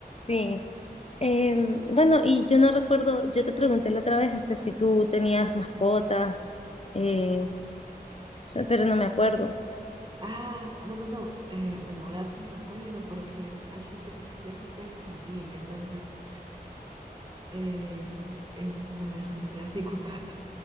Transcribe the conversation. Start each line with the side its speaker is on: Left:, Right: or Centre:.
Left: sí. Em, bueno, y yo no recuerdo, yo te pregunté la otra vez, o sea, si tú tenías mascotas, eh, o sea, pero no me acuerdo.
Right: Ah, no, no, no. eh, bueno, gatos no puedo porque hay gente que es alérgica en mi familia, entonces, eh, entonces no me dejan tener a <laughs> ningún gato.